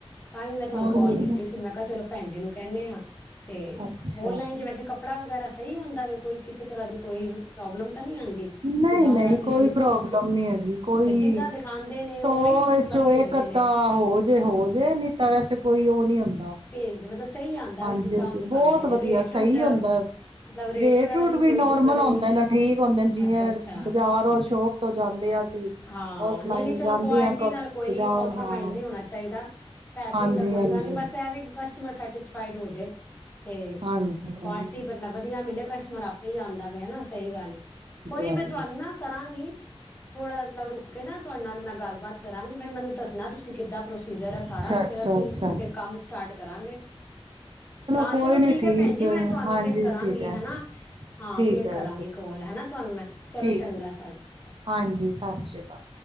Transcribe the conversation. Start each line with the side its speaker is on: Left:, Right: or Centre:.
Left: ਤਾਂ ਹੀ ਮੈਂ ਤੁਹਾਨੂੰ
Right: ਉਹੀ
Left: ਕਾੱਲ ਕੀਤੀ ਸੀ ਮੈਂ ਕਿਹਾ ਚਲੋ ਭੈਣ ਜੀ ਨੂੰ ਕਹਿਨੇ ਆ ਤੇ
Right: ਅੱਛਾ
Left: ਓਨਲਾਈਨ ਚ ਵੈਸੇ ਕੱਪੜਾ ਵਗੈਰਾ ਸਹੀ ਆਉਦਾ ਵੇ ਕੋਈ ਕਿਸੇ ਤਰ੍ਹਾਂ ਦੀ ਕੋਈ ਪ੍ਰੋਬਲਮ ਤਾਂ ਨਹੀਂ ਆਂਦੀ
Right: ਨਹੀਂ
Left: ਜਿੱਦਾਂ
Right: ਨਹੀਂ
Left: ਹੁਣ ਅਸੀਂ
Right: ਕੋਈ ਪ੍ਰੋਬਲਮ ਨੀ ਹੈਗੀ ਕੋਈ
Left: ਜਿੱਦਾਂ ਦਿਖਾਂਦੇ ਨੇ
Right: ਸੌਏ
Left: ਉਵੇਂ ਹੀ ਮਤਲਬ
Right: ਚੋਏ
Left: ਭੇਜਦੇ
Right: ਕੱਤਾ
Left: ਨੇ
Right: ਹੋ ਜੇ ਹੋ ਜੇ ਨਹੀਂ ਤਾਂ ਵੈਸੇ ਕੋਈ ਉਹ ਨਹੀਂੀ ਹੁੰਦਾ
Left: ਭੇਜਦੇ ਮਤਲਬ ਸਹੀ ਆਂਦਾ
Right: ਹਾਂਜੀ
Left: ਵੇ ਜਿੱਦਾਂ
Right: ਹਾਂਜੀ
Left: ਉਹ ਦਿਖਾਂਦੇ
Right: ਬਹੁਤ
Left: ਨੇ
Right: ਵਧੀਆ
Left: ਰੇਟ
Right: ਸਹੀ
Left: ਰੂਟ
Right: ਹੁੰਦੈ
Left: ਮਤਲਬ
Right: ਰੇਟ
Left: ਵਗੈਰਾ
Right: ਰੂਟ
Left: ਦੀ
Right: ਵੀ
Left: ਕੋਈ
Right: ਨੋਰਮਲ
Left: ਦਿੱਕਤ ਨਹੀਂ
Right: ਆਉਂਦਾ ਨਾ ਠੀਕ ਹੋਦੇ ਜਿਵੇਂ
Left: ਅੱਛਾ ਅੱਛਾ
Right: ਬਜ਼ਾਰ ਓਰ ਸ਼ੋਪ ਤੋਂ ਜਾਂਦੇ ਆ ਅਸੀਂ
Left: ਹਾਂ
Right: ਓਫਲਾਈਨ
Left: ਨਹੀਂ ਨਹੀਂ ਚਲੋ
Right: ਜਾਂਦੇ
Left: ਕੁਆਲਿਟੀ
Right: ਹਾ
Left: ਨਾਲ ਕੋਈ
Right: ਬਜ਼ਾਰ
Left: ਕੰਪਰੋਮਾਈਜ਼
Right: ਹਾਂ
Left: ਨਹੀਂ ਹੋਣਾ ਚਾਹੀਦਾ ਪੈਸੇ
Right: ਹਾਂਜੀ
Left: ਤਾਂ ਕੋਈ
Right: ਹਾਂਜੀ
Left: ਗੱਲ ਨਹੀਂ ਬਸ ਇਹ ਵੀ ਕਿ ਕਸਟਮਰ ਸੈਟਿਸਫਾਈਡ ਹੋ ਜੇ ਤੇ
Right: ਹਾਂਜੀ ਹਾਂਜੀ
Left: ਕੁਆਲਿਟੀ ਬ ਵਧੀਆ ਮਿਲੇ। ਕਸਟਮਰ ਆਪੇ ਹੀ ਆਉਂਦਾ ਪਿਆ ਹਨਾ ਸਹੀ ਗੱਲ ਏ। ਕੋਈ
Right: ਹਾਂਜੀ
Left: ਮੈਂ ਤੁਹਾਨੂੰ ਨਾ ਕਰਾਂਗੀ। ਥੋੜਾ ਜਿਹਾ ਰੁਕ ਕੇ ਨਾ। ਤੁਹਾਡੇ ਨਾਲ ਮੈਂ ਗੱਲਬਾਤ ਕਰਾਂਗੀ ਫੇ ਮੈਨੂੰ ਦੱਸਣਾ ਤੁਸੀਂ ਕਿੱਦਾਂ। ਪ੍ਰੋਸੀਜਰ ਹੈ ਸਾਰਾ
Right: ਅੱਛਾ ਅੱਛਾ
Left: ਫੇਰ ਅਸੀਂ
Right: ਅੱਛਾ
Left: ਫਿਰ ਕੰਮ ਸਟਾਰਟ ਕਰਾਂਗੇ ਹਾਂ
Right: ਕੋਈ
Left: ਚਲੋ
Right: ਨੀ
Left: ਠੀਕ ਹੈ ਭੈਣ ਜੀ ਮੈਂ ਤੁਹਾਨੂੰ
Right: ਹਾਂਜੀ
Left: ਫਿਰ ਕਰਾਂਗੀ
Right: ਠੀਕ ਹੈ
Left: ਹੈਨਾ ਹਾਂ
Right: ਠੀਕ
Left: ਫੇਰ
Right: ਹੈ
Left: ਕਰਾਂਗੇ ਕੋਲ। ਤੁਹਾਨੂੰ ਮੈਂ ਚਲੋ
Right: ਠੀਕ
Left: ਚੰਗਾ ਸਤਿ ਸ੍ਰੀ ਅਕਾਲ
Right: ਹਾਂਜੀ ਸਤਿ ਸ਼੍ਰੀ ਅਕਾਲ